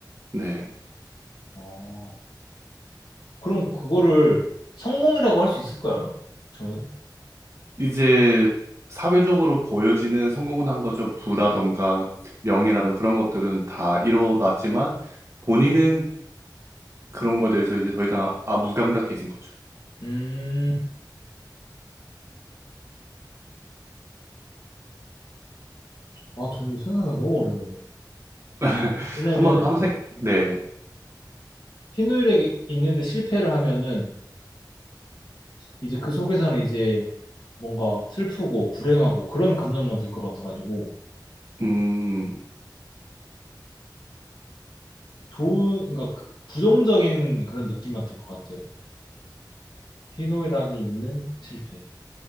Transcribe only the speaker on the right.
네.
이제 사회적으로 보여지는 성공은 한 거죠. 부라던가 명예라던가 그런 것들은 다 이뤄놨지만 본인은 그런 거에 대해서 이제 더 이상 아, 무감각해진 거죠.
<laughs>
한번 한번 생 네.
음.